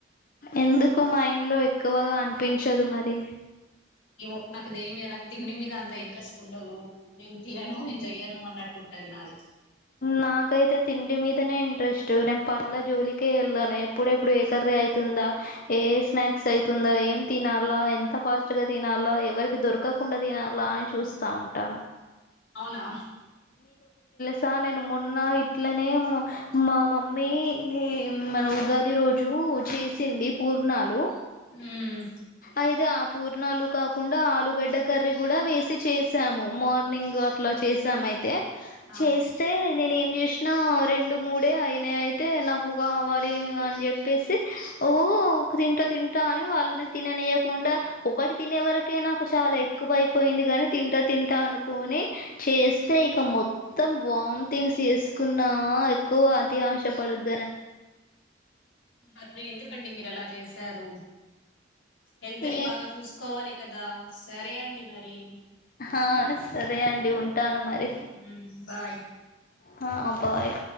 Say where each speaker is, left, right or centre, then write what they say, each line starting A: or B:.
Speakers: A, on the left; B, on the left.
A: ఎందుకు మైండ్ లో ఎక్కువగా అనిపించదు మరి
B: ఇవో నాకు దేని మీద నాకు తిండి మీద అంత ఇంట్రెస్ట్ ఉండదు, నేను తినను నేను చెయ్యను అన్నట్టు ఉంటది నాది
A: నాకైతే తిండి మీదనే ఇంట్రెస్ట్ నేను పనుల జోలికే ఎళ్ళను ఎప్పుడ ఎప్పుడు ఏకర్రి ఐతుందా ఏ స్నాక్స్ ఐతుందా ఏం తినాలా ఎంత ఫాస్ట్ గా తినాలా ఎవరికి దొర్ కకుండా తినాల అని చూస్తా ఉంటాను.
B: అవునా
A: చ నేను మొన్న ఇట్లనే మా మమ్మీ ఈ మన ఉగాది రోజు కు చేసింది పూర్నాలు
B: ఉమ్
A: అయితే అప్ పూర్ణాలు కాకుండా ఆలుగడ్డ కర్రీ కుడా వేసి చేసాము మార్నింగ్ అట్ల చేసామయితే
B: ఆ
A: అయితే నేను ఏం చేసినా రెండు మూడే అయిన అయితే నాకు కావాలి అని చెప్పేసి ఓ తింటా తింటా అని వాళ్ళని తిననియ్యకుండా ఒకటి తినే వరకే నాకు చాల్ లా ఎక్కువయిపోయింది కాని తింటా తింటా అనుకొని చేస్తే ఇగ మొత్తం వామిటింగ్స్ చేసుకున్నా ఎక్కువ అతి ఆశ పడద్దు
B: ఆబ్బె ఎందుకండి మీరల చే చేసారు హెల్త్
A: ఏ
B: ని బాగా చూసుకోవాలి కదా సరే అండి మరి.
A: ఆ సరే అండి ఉంటాను మరి
B: ఉమ్ బాయ్
A: హా బాయ్